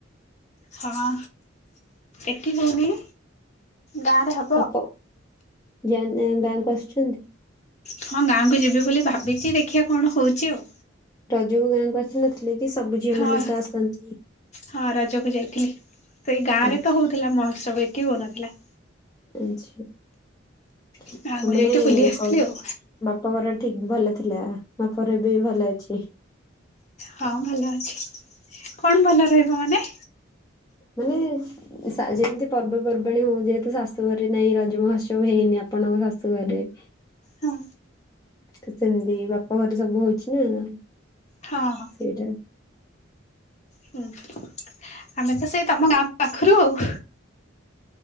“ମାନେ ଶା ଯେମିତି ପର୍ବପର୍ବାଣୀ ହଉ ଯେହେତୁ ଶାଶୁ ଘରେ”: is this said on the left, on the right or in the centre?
Left